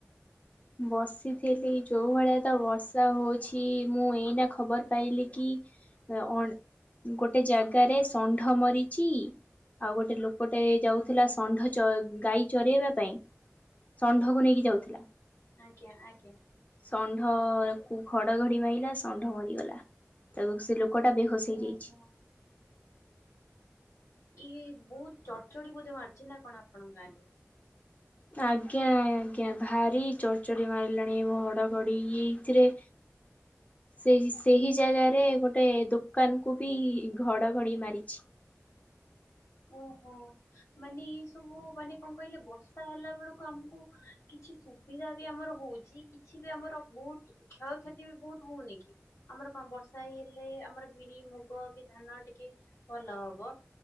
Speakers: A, on the left; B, on the left.
A: ବସିଥିଲି ଯୋଉଭଳିଆ ତ ବର୍ଷା ହଉଛି, ମୁଁ ଏଇନା ଖବର ପାଇଲି କି ଅ ଗୋଟେ ଜାଗାରେ ଷଣ୍ଢ ମରିଚି। ଆଉ ଗୋଟେ ଲୋକଟେ ଯାଉଥିଲା ଷଣ୍ଢ ଗାଈ ଚରେଇବା ପାଇଁ। ଷଣ୍ଢକୁ ନେଇକି ଯାଉଥିଲା।
B: ଆଜ୍ଞା ଆଜ୍ଞା।
A: ଷଣ୍ଢ କୁ ଘଡଘଡି ମାଇଲା ଷଣ୍ଢ ମରିଗଲା। ତାକୁ ସେ ଲୋକଟା ବେହୋସ ହେଇଯାଇଛି।
B: ଓହୋ। ଇଏ ବହୁତ ଚଡ଼ଚଡି ବୋଧେ ମାରିଛି ନା କଣ ଆପଣଙ୍କ ଗାଁ ରେ।
A: ଆଜ୍ଞା ଆଜ୍ଞା, ଭାରି ଚଡ଼ଚଡି ମାରିଲାଣି, ହଡଘଡି ଏଇଥିରେ
B: <inaudible>
A: ସେ ସେହି ଜାଗାରେ ଗୋଟେ ଦୋକାନ କୁ ବି ଘଡ଼ଘଡ଼ି ମାରିଛି।
B: ଓହୋ। ମାନେ ଏଇ ସବୁ ମାନେ କଣ କହିଲେ ବର୍ଷା ହେଲା ବେଳକୁ ଆମକୁ କିଛି ସୁବିଧା ବି ଆମର ହଉଛି, କିଛି ବି ଆମର ବହୁତ କ୍ଷୟକ୍ଷତି ବି ବହୁତ ହଉନି କି? ଆମର କଣ ବର୍ଷା ହେଇ ହେଲେ ଆମର ବିରି ମୁଗ କି ଧାନ ଟିକେ ଭଲ ହବ।